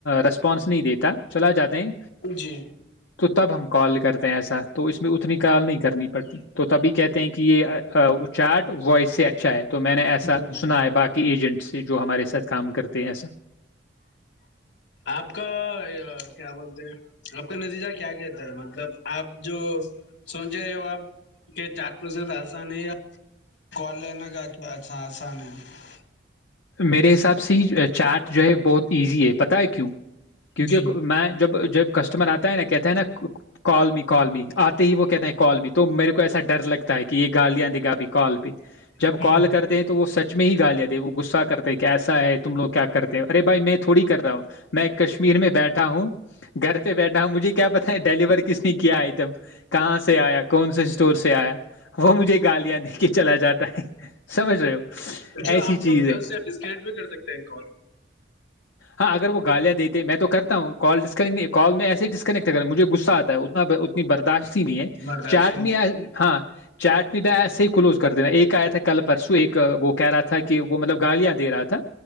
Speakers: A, on the left; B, on the left.
A: رسپانس نہیں دیتا چلا جاتا ہے
B: جی
A: تو تب ہم کال کرتے ہیں ایسا تو اس میں اتنی کال نہیں کرنی پڑتی تو تبھی کہتے ہیں کہ یہ چاٹ وائس سے اچھا ہے تو میں نے ایسا
B: جی
A: سنا ہے باقی ایجنٹ سے جو ہمارے ساتھ کام کرتے ایا
B: آپ کا کیا بولتے ہیں آپ کا نتیجہ کیا کہتا ہے مطلب آپ جو سوچے وہ آپ کے چار پروسس آسان ہے یا کال لین کا اچھا <unintelligible>
A: میرے حساب سے ہی چارٹ جو ہے بہت ایزی ہے پت ہے کیوں کیونکہ
B: جی
A: میں جب جب کسٹمر آتا ہے نا کہتا ہے نا کال م کال م آتے ہی وہ کہتا ہیں کال میں تو میرے کو ایسا ڈر لگتا ہے کہ یہ گالیاں دے گا بھیھی کال پہ جب کال
B: ہ
A: کرتے ہیں تو وہ سچ میں ہی گالیا تھے وہ غصہ کرتے کہ کیسا ہے تم لوگ کیا کرتے ہیں اےھائی میں تھوڑی کر رہا ہوں میں کشمیر میں بیٹھا ہوں گھر پہ بیٹھا ہوں مجھے کیا پتا ہے ڈیلیور کس نے کیا آئٹم کہاں سے آیا کون سے اسٹور سے آیا وہ مجھے گالیاں دے کے چلا جاتا ہے سمجھ رہے ہو
B: اچھا
A: ایسی
B: ہم لوگ
A: چیز ہے
B: اس ڈسکٹ بھی کر سکتے ہیں کال
A: ہاں اگر وہ گالیاں دیتے میں تو کرتا ہوں کال ڈسکنیکٹ نہیں کال میں ایسے ڈسکنکٹ کراوں مجھے غص آتا ہے اتنا اتنی برداشت ہی نہیں ہے
B: برداشت
A: چارٹ میں ہاں چارٹ میں ب ایسے ہی کلوز کر دینا ایک آیا تھا کلب پرسو ایک وہ کہہ رہا تھا تھا کہ وہ مطلب گالیاں دے رہا تھا